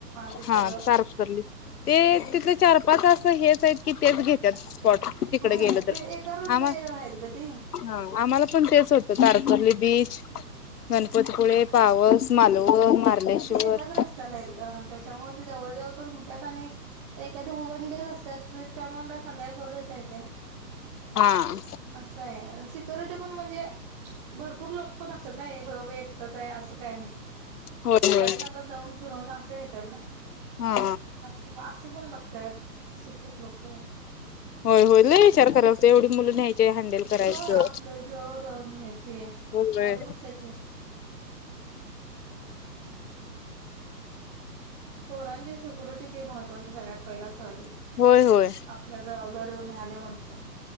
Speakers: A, on the right; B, on the left.
A: ते सगळं
B: हा, तारकर्ली. ते तिथले चार पाच, असं हेच आहेत की तेच घेत्यात. त तिकडे
A: होय
B: गेल तर,
A: ते एका रूटले
B: आम्हा.
A: आहेत ग ते
B: हा, आम्हाला पण तेच होतं, तारकर्ली बीच, गणपतीपुळे, पावस मालवण, मारलेश्वर
A: ती एकाच रस्त्याला आहेत ग त्याच्यामुळे ते जवळ जवळ पण होत्यात, आणि एखादी वन डेज असत्यात ट्रीपा मारल्या, संध्याकाळी करून येत्या येत्यानी. <unintelligible>
B: हा.
A: असं आहे सिक्युरिटी पण म्हणजे भरपूर लोक पण असतात ना नाही होय बाबा एकटंच आहे असं काही नाही
B: होय
A: सगळ्यांसग
B: होय
A: जाऊन फिरवून असं येतात ना
B: हा
A: असं असं पण बघतात शिक्षक लोक
B: होय होय लय विचार करायत एवढी मुलं न्यायची ते हँडल करायचं
A: हा आपलं जीवावर राहून न्यायचे
B: होय.
A: बरोबरच आहे की पोरांची सिक्युरिटी ते महत्वाची सगळ्यात पहिला सहलीत
B: होय होय
A: आपल्या जबाबदारीवर न्यायालयलो म्हटल्यावर